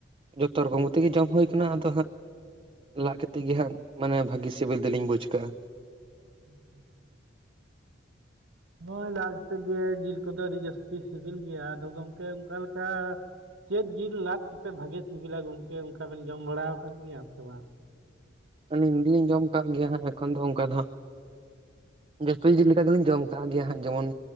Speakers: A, on the right (about 30°); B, on the right (about 70°).
A: ᱡᱚᱛᱚ ᱨᱚᱠᱚᱢ ᱠᱟᱛᱮᱜ ᱜᱤ ᱡᱚᱢ ᱦᱩᱭ ᱠᱟᱱᱟ ᱟᱫᱚ ᱦᱟᱸᱜ ᱞᱟᱫ ᱠᱟᱛᱮᱜ ᱜᱮ ᱦᱟᱸᱜ ᱢᱟᱱᱮ ᱵᱷᱟᱜᱤ ᱥᱤᱵᱤᱞ ᱫᱚᱞᱤᱧ ᱵᱩᱡᱽ ᱟᱠᱟᱜᱟ᱾
B: <inaudible> ᱦᱳᱭ ᱞᱟᱫ ᱠᱟᱛᱮᱜ ᱜᱮ ᱡᱤᱞ ᱠᱚᱫᱚ ᱟᱹᱰᱤ ᱡᱟᱹᱥᱛᱤ ᱥᱤᱵᱤᱞ ᱜᱮᱭᱟ ᱟᱫᱚ ᱜᱚᱢᱠᱮ ᱚᱠᱟ ᱞᱮᱠᱟ᱾ ᱪᱮᱫ ᱡᱤᱞ ᱞᱟᱫ ᱠᱟᱛᱮᱜ ᱵᱷᱟᱜᱮ ᱵᱩᱡᱷᱟᱜ-ᱟ ᱜᱚᱜᱠᱮ ᱚᱱᱠᱟ ᱵᱮᱱ ᱡᱚᱢ ᱵᱟᱲᱟᱣ ᱟᱠᱟᱫ ᱜᱮᱭᱟ ᱥᱮ ᱵᱟᱝ?
A: ᱟᱹᱞᱤ ᱫᱚᱞᱤᱧ ᱡᱚᱢ ᱠᱟᱜ ᱜᱮᱭᱟ ᱦᱟᱜ ᱮᱠᱷᱚᱱ ᱫᱚ ᱚᱱᱠᱟ ᱫᱚ ᱦᱟᱸᱜ ᱡᱚᱛᱚ ᱡᱤᱞ ᱜᱮᱞᱤᱧ ᱡᱚᱢ ᱠᱟᱜ ᱜᱮᱭᱟ ᱦᱟᱜ ᱡᱮᱢᱚᱱ